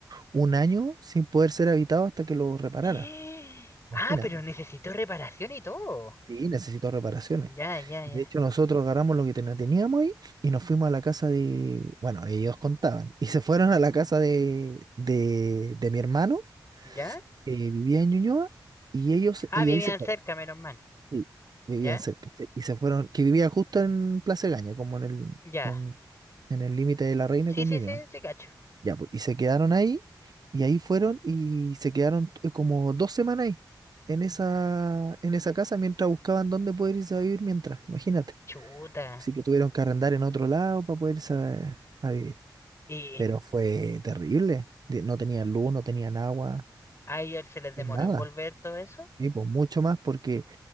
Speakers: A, on the right; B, on the left.
A: un año sin poder ser habitados hasta que los repararan
B: <gasps> Ah,
A: Imagínate.
B: pero necesitó reparación y todo.
A: Sí, necesito reparaciones.
B: Ya, ya,
A: De
B: ya.
A: hecho, nosotros agarramos lo que ten- teníamos ahí y nos fuimos a la casa de, bueno, ellos contaban. Y se fueron a la casa de, de, de mi hermano,
B: ¿Ya?
A: que vivía en Ñuñoa, y ellos,
B: Ah,
A: y
B: vivían
A: ahí se fueron.
B: cerca, menos mal.
A: Sí, vivían
B: ¿Ya?
A: cerca. se- Y se fueron, que vivía justo en Plaza Gaña, como en el,
B: Ya.
A: en, en el límite de La Reina
B: Sí,
A: con
B: sí,
A: Ñuñoa.
B: sí, sí, cacho.
A: Ya, pues, y se quedaron ahí, y ahí fueron y se quedaron t- como dos semanas ahí, en esa, en esa casa, mientras buscaban dónde poder irse a vivir mientras, imagínate.
B: Chuta.
A: Así que tuvieron que arrendar en otro lado para poder irse a, a vivir.
B: ¿Y,
A: Pero
B: y
A: fue terrible. de- No tenían luz, no tenían agua, no
B: a ellos se les demoró
A: tenían nada.
B: en volver todo eso?
A: Y pues mucho más porque